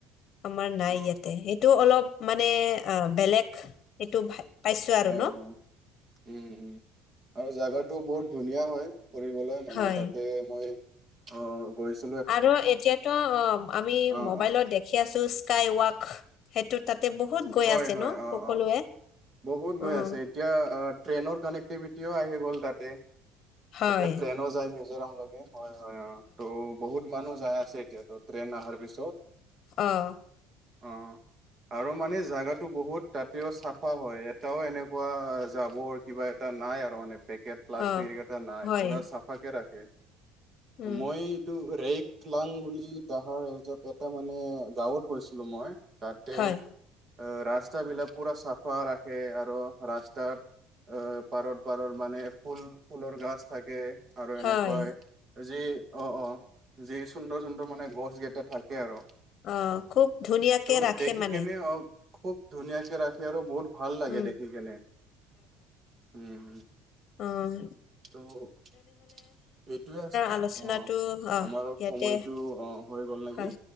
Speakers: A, on the left; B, on the right.
A: আমাৰ নাই
B: অ অ',
A: ইয়াতে, এইটো অলপ মানে অ বেলেগ এইটো পাইছো আৰু
B: হয়,
A: ন
B: হয়, উম, উম, আৰু জাগাটো বহুত ধুনীয়া হয় ফুৰিবলৈ। মানে
A: হয়
B: তাতে মই অ', গৈছো।
A: আৰু এতিয়াতো অ', আমি
B: অ
A: মোবাইলত
B: অ
A: দেখি আছো স্কাই ৱাক। সেইটো তাতে বহুত গৈ
B: হয়
A: আছে
B: হয়
A: ন'
B: অ
A: সকলোৱে
B: অ বহুত গৈ
A: অ'।
B: আছে এতিয়া ট্ৰেইনৰ কানেক্টিভিটিও আহি গ'ল তাতে।
A: হয়
B: এতিয়া ট্ৰেইনো যায় মিজোৰামলৈকে হয়, হয়, অ', ত' বহুত মানুহ যাই আছে এতিয়াতো ট্ৰেইন অহাৰ পিছত।
A: অ'।
B: অ', আৰু মানে জোগাটো বহুত তাতেও চাফা হয়, এটাও এনেকুৱা জাবৰ কিবা এটা নাই আৰু মানে পেকেট। প্লাষ্টিক
A: অ
B: এই কেইটা নাই
A: হয়
B: পুৰা চাফা কে ৰাখে,
A: উম
B: মইটো ৰেক লাং বুলি তাহৰ <unintelligible> এটা গাৱঁত গৈছিলো মই, তাতে
A: হয়
B: আহ, ৰাস্তা বিলাক পুৰা চাফা ৰাখে আৰু ৰাস্তাত আহ, পাৰত পাৰত মানে ফুল ফুলৰ গাছ থাকে আৰু
A: হয়
B: এনেকুৱাই। যি অ', অ', যি সুন্দৰ সুন্দৰ মানে গছ কেটা থাকে আৰু।
A: অ', খুব ধুনীয়াকে
B: ত'
A: ৰাখে
B: দেখি
A: মানে?
B: কেনে অ খুব ধুনীয়াকে ৰাখে আৰু বহুত ভাল লাগে
A: উম
B: দেখি কেনে, উম।
A: উম।
B: ত' এইটোৱে আছিলে
A: আলোচনাটো
B: অ',
A: অ
B: আমাৰ
A: ইয়াতে
B: সময়টো অ', হৈ গ'ল নেকি?
A: হয়